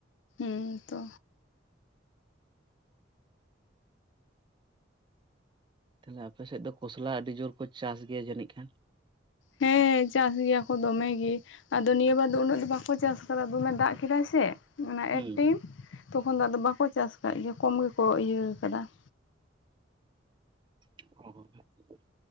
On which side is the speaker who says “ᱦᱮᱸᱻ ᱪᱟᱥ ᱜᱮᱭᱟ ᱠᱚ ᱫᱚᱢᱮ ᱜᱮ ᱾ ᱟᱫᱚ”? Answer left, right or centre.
Left